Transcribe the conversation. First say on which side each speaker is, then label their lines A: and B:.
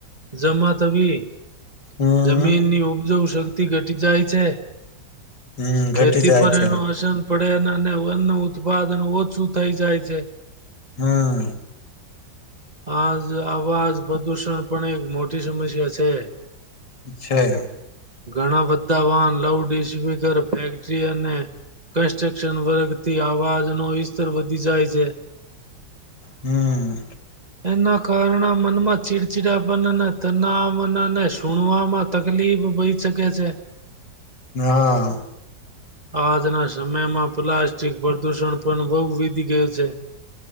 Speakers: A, on the right (about 25°); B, on the left (about 80°).
A: જમા થવી
B: હમ
A: જમીન ની ઉપજવ શક્તિ ઘટી જાય છે
B: હમ્મ ઘટી
A: ખેતી
B: જાય
A: પર
B: છે.
A: એનો અસર પડે અને ઉત્પાદ <unintelligible> ઓછું થઈ જાય છે.
B: હમ્મ.
A: આજ આવાજ પ્રદૂષણ પણ એક મોટી સમસ્યા છે.
B: છે.
A: ઘણા બધા વાહન લાઉડ સ્પીકર, ફેક્ટરી અને કન્સ્ટ્રક્શન વર્ગથી અવાજનો ઇસ્તર વધી જાય છે.
B: હમ્મ.
A: એના કારણે મનમાં ચીડચીડાપન અને તનાવનાને સુણવામાં તકલીફ બઈ શકે છે.
B: હા.
A: આજના સમયમાં પ્લાસ્ટિક પ્રદુષણ પણ બહુ વીતી ગયું છે.